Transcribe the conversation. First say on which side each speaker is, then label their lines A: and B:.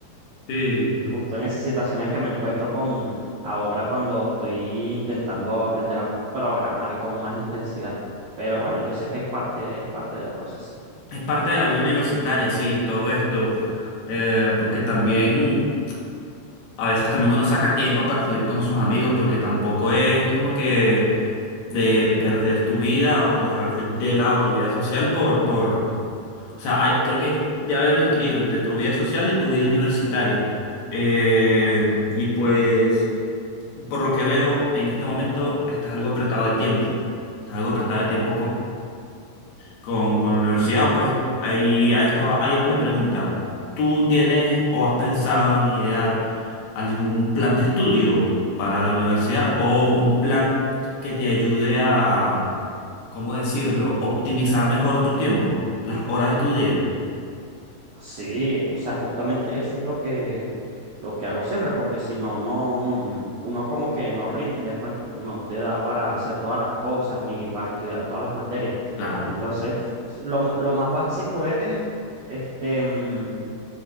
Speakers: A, on the left; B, on the right.
A: Sí.
B: Y justo en esa situación es que me encuentro con ahora cuando estoy intentando aprender a programar con más intensidad. Pero bueno, yo sé que es parte, es parte del proceso.
A: Es parte de la vida universitaria, sí, todo esto, eh, porque también a veces también uno saca tiempo para salir con sus amigos, porque tampoco es como que de perder tu vida o dejar de, de lado tu vida social por, por, o sea, hay- creo que debe haber un equilibrio entre tu vida social y tu vida universitaria. Eh, y pues, por lo que veo, en este momento estás algo apretado de tiempo, estás algo apretado de tiempo con, con la universidad, pues ahí, a esto, ahí va mi pregunta. ¿Tú tienes o has pensado en idear algún plan de estudio para la universidad o un plan que te ayude a, ¿cómo decirlo?, optimizar mejor tu tiempo, las horas de tu día?
B: Sí, o sea, justamente eso es lo que, lo que hago siempre, porque si no, no, mm, uno como que no rinde, pues, no te da para hacer todas las cosas ni para estudiar todas las materias.
A: Claro,
B: Entonces, s- lo, m- lo más básico es, este, mm,